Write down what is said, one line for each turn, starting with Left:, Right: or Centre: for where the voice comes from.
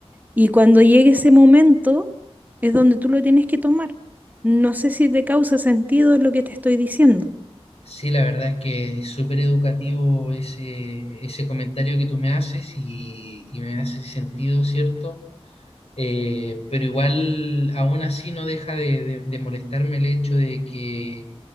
Right: Y cuando llegue ese momento es donde tú lo tienes que tomar. No sé si te causa sentido lo que te estoy diciendo.
Left: Sí, la verdad es que es súper educativo ese, ese comentario que tú me haces y, y me hace sentido, ¿cierto? Eh, pero igual, aún así, no deja de, de- de molestarme el hecho de que,